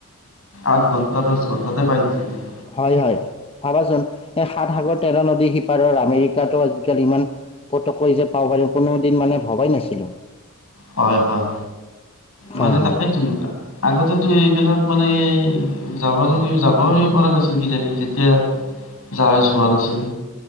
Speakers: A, on the left (about 70°); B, on the left (about 25°).
A: আঠ ঘণ্টা দচ ঘণ্টাতে পাই দিছিল ন।
B: হয় হয় ভাবাচোন এই সাত সাগৰ তেৰ নদী সিপাৰৰ আমেৰিকাটো আজিকালি ইমান। পত কৈ যে পাব পাৰিম কোনো দিন মানে ভবাই নাছিলো।
A: হয় হয়
B: হয়
A: মানে
B: হয়।
A: তাকেইতো আগতেতো এইবিলাক। মানে যাবল যাবই পৰা নাছিল কিজানি যেতিয়া। যাৱ যোৱা নাছিল।